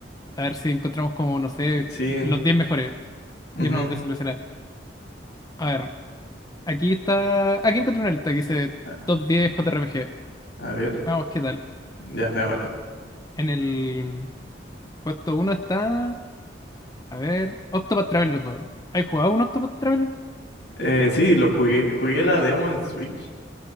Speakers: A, on the left; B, on the left.
A: A ver si encontramos como, no sé,
B: sí.
A: los 10 mejores.
B: ujú.
A: Yo no, de eso le será. A ver, aquí está. Aquí encontré una lista que dice
B: A,
A: Top 10 JRPG.
B: a ver,
A: Vamos, ¿qué tal?
B: ya, veámosla.
A: En el puesto uno está. A ver, Octopath Traveler 2. ¿Has jugado un Octopath Traveler?
B: Eh, sí, lo jugué, jugué la demo en Switch